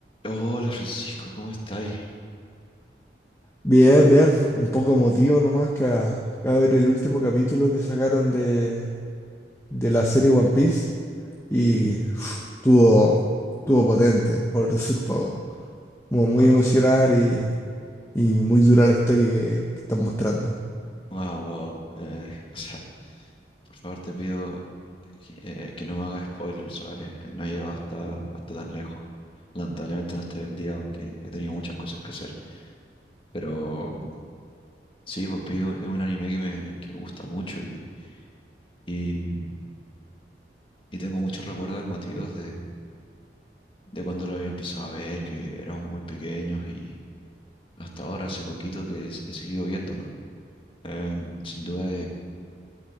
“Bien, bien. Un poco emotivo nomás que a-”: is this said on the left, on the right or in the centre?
Left